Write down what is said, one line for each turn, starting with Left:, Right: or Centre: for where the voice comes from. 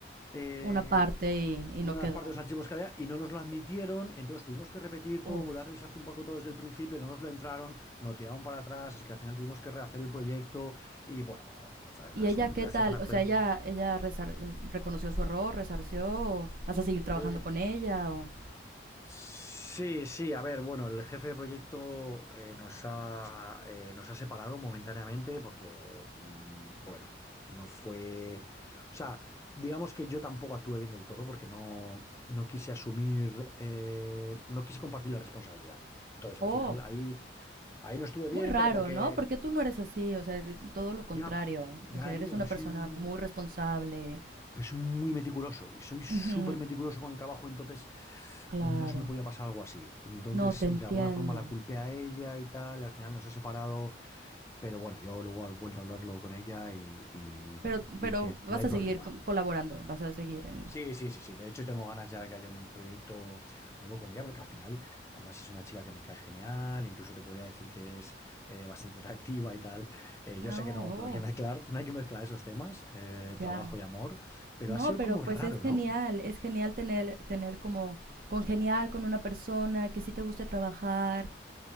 Left: eh,
Right: una parte y, y
Left: una
Right: no quedó.
Left: de las partes de los archivos que había y no nos lo admitieron, entonces tuvimos que repetir
Right: Uf.
Left: todo, volver a revisar un poco todo desde el principio, no nos lo entraron, nos lo tiraron para atrás, así que al final tuvimos que rehacer el proyecto y bueno, bueno, bueno, fue una,
Right: ¿Y ella qué
Left: una
Right: tal?
Left: semana
Right: O
Left: fue...
Right: sea, ella, ella resar- reconoció su error, resarció, o vas a seguir trabajando
Left: eh,
Right: con ella, o...
Left: Sí, sí, a ver, bueno, el jefe de proyecto eh, nos ha, eh, nos ha separado momentáneamente porque, mm, bueno, no fue... O sea, digamos que yo tampoco actué bien del todo porque no, no quise asumir, eh, no quise compartir la responsabilidad. Entonces,
Right: Oh,
Left: al final, ahí, ahí no estuve bien,
Right: muy raro,
Left: pero porque
Right: ¿no? Porque tú no eres así, o sea, todo lo contrario,
Left: ya, ya,
Right: o sea, eres
Left: Lilia,
Right: una
Left: pero
Right: persona
Left: soy un,
Right: muy responsable
Left: Pero soy muy meticuloso y soy súper
Right: Ujú,
Left: meticuloso con el trabajo, entonces
Right: Claro,
Left: no se me podía pasar algo así. Entonces,
Right: no te entiendo.
Left: de alguna forma la culpé a ella y tal, y al final nos ha separado, pero bueno, yo luego he vuelto a hablarlo con ella y, y-
Right: Pero,
Left: y
Right: pero
Left: que no
Right: vas
Left: hay
Right: a
Left: problema.
Right: seguir co- colaborando, vas a seguir en...
Left: Sí, sí, sí, sí. De hecho, tengo ganas ya de que haya un proyecto nuevo con ella, porque al final, además, es una chica que me cae genial, incluso te podría decir que es eh, bastante atractiva y tal. Eh, yo
Right: Ah, Oh,
Left: sé
Right: oh,
Left: que no, no hay que mezclar, no hay que mezclar esos temas, eh,
Right: ya.
Left: trabajo y amor, pero
Right: No,
Left: ha sido
Right: pero
Left: como
Right: pues
Left: raro,
Right: es genial,
Left: ¿no?
Right: es genial tener, tener como congeniar con una persona que sí te guste trabajar.